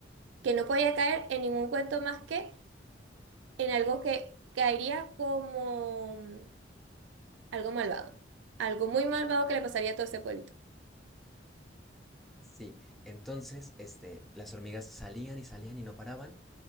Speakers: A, on the right; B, in the centre.
A: que no podía caer en ningún cuento más que en algo que caería como mm, algo malvado, algo muy malvado que le pasaría a todo ese pueblito.
B: Sí, entonces este las hormigas salían y salían y no paraban